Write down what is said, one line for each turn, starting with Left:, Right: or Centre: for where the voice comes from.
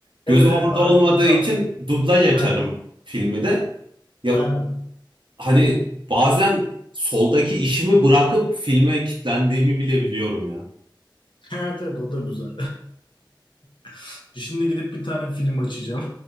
Right: Gözüm
Left: Evet evet
Right: orada
Left: arkada
Right: olmadığı
Left: çalsın.
Right: için dublaj açarım
Left: Aynen.
Right: filmi de. Ya
Left: Aynen. <laughs>
Right: hani bazen soldaki işimi bırakıp filme kitlendiğimi bile biliyorum ya.
Left: Evet evet o da güzel. <laughs> Şimdi gidip bir tane film açacağım.